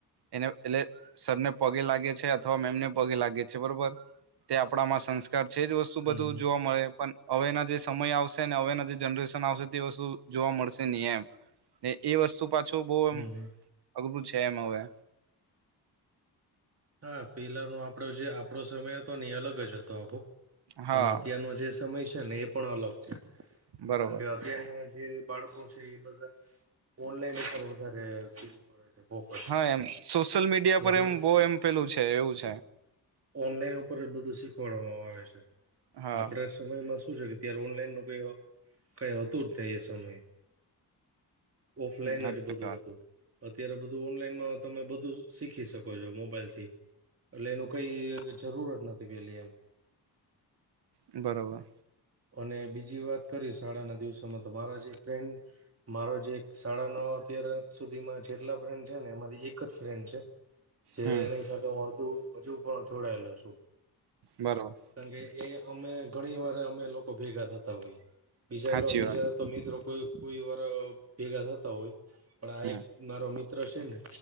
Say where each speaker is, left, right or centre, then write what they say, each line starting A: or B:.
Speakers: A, on the right; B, on the right.
A: એને એટલે સરને પગે લાગે છે, અથવા મેમને પગે લાગે છે, બરોબર, તે આપણામાં સંસ્કાર છે, જોસ શું
B: હમ
A: બધું જોવા મળે પણ, અવેના જે સમય આવશે ને અવેના જે જનરેશન આવશે તેઓ શુ જોવા મળશે ની એમ ને એ વસ્તુ પાછું બો
B: હમ
A: એમ
B: હમ
A: અઘરું છે, એમ હવે
B: હા, પેલાનો આપડો જે આપડો સમય હતો ને એ અલગ જ હતો, આખો
A: હા
B: અને અત્યારનો જે સમય છે ને, એ પણ અલગ છે
A: બરોબર
B: કારણ કે અત ત્યારના જે બાળકો છે, એ બધા ઓનલાઈન ઉપર વધારે ફોકસ
A: હા એમ સોશિયલ મીડિયા
B: બધું
A: પર એમ બહુ
B: ઓનલાઇન
A: એમ પેલું છે એવું છે
B: ઓનલાઈન ઉપર જ બધું શીખવાડવામાં આવે છે
A: હા
B: આપડ સમયમાં શું છે કે ત્યારે ઓનલાઈન ન ક કઈ હતું જ ને એ સમય ઓફલાઈન
A: સાચી
B: જ બધું
A: વાત
B: હતું અત્યારે બધું ઓનલાઈનમાં તમે બધું શીખી શકો મોબાઈલ થી એટલે એનું કઈ જરૂર જ નથી પેલી એમ
A: બરોબર
B: અને બીજી વાત કરી શાળાના દિવસોમાં તો મારા જે ફ્રેન્ડ મારો જે સાડા નવ અત્યાર સુધીમાં જેટલા ફ્રેન્ડ છે ને એમાંથી એક જ ફ્રેન્ડ છે જે
A: હમ
B: એની સાથે હું હજુ હજુ પણ જોડાયેલો છું
A: બરોબર
B: કારણ કે, એ અમે ઘણી વાર, અમે લોકો ભેગા થતા હોઈએ. બીજા
A: સાચી
B: લો, બીજા
A: વાત
B: તો મિત્રો કોઈ કોઈ વાર ભેગા થતા હોય, પણ આ
A: હમ
B: એક પા મારો મિત્ર છે ને,